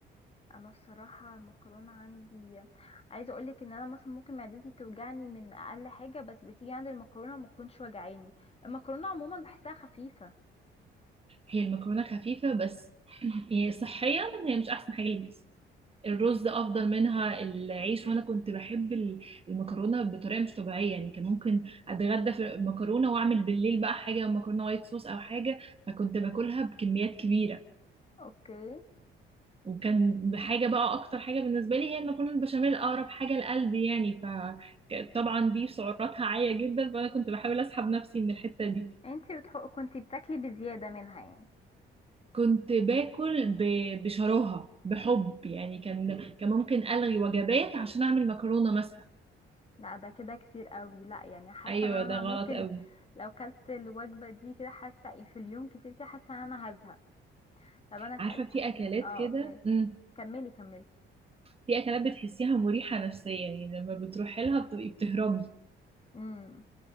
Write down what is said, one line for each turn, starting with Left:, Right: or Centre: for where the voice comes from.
Left: انا الصراحه المكرونه عندي عايزه اقولك ان انا مثلا ممكن معدتي توجعني من اقل حاجه بس بتيجي عند المكرونه ما تكونش وجعاني المكرونه عموما بحسها خفيفه
Right: هي المكرونة خفيفة بس <clears throat> يعني صحيا هي مش احسن حاجة للجسم الرز
Left: امم
Right: افضل منها العيش وانا كنت بحب ال- المكرونه بطريقه مش طبيعيه يعني كان ممكن اتغدى في مكرونه واعمل بالليل بقى حاجه مكرونه وايت صوص او حاجه فكنت باكلها بكميات كبيره
Left: اوكي
Right: وكان حاجه بقى اكتر حاجه بالنسبه لي هي المكرونه البشاميل اقرب حاجه لقلبي يعني فطبعا دي سعراتها عاليه جدا فانا كنت بحاول اسحب نفسي من الحته دي
Left: انتي بتحق كنتي بتاكلي بزياده منها يعني
Right: كنت باكل ب- بشراهه بحب يعني كان كان ممكن الغي وجبات عشان اعمل مكرونه مثلا
Left: لا ده كده كتير قوي لا يعني حاسه
Right: ايوه
Left: ان انا
Right: ده غلط
Left: ممكن
Right: قوي
Left: لو كلت الوجبه دي كده حاسه إيه في اليوم كتير كده حاسه ان انا هزهق طب انا اسالك
Right: عارفة
Left: حاجه
Right: في أكلات
Left: اه
Right: كده
Left: اوكي
Right: مم.
Left: كملي كملي
Right: في أكلات بتحسيها مريحة نفسيا يعني لما بتروحي لها بتبقي بتهربي
Left: امم